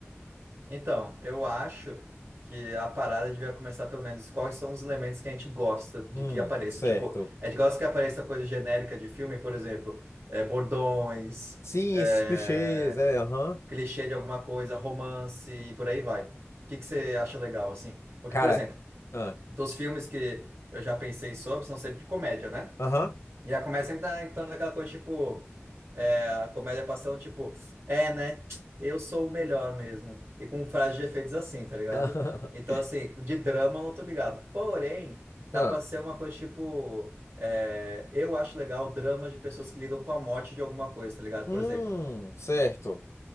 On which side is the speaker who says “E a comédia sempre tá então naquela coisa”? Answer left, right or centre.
Right